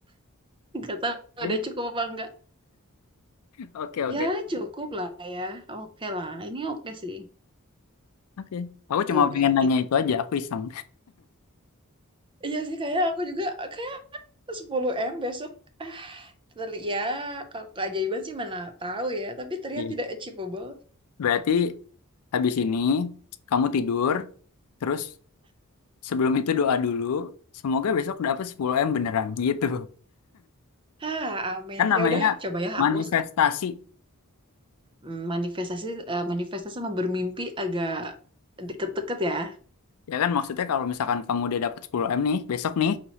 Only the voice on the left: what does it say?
Ya,
Oke, oke.
Oke. Aku
cuma
pengen nanya
itu aja, aku iseng.
Iya.
Berarti habis ini kamu tidur, terus sebelum itu doa dulu, semoga besok dapat sepuluh m beneran <laughs> gitu.
Kan namanya
manifestasi.
Ya kan maksudnya kalau misalkan kamu udah dapat sepuluh m nih, besok nih,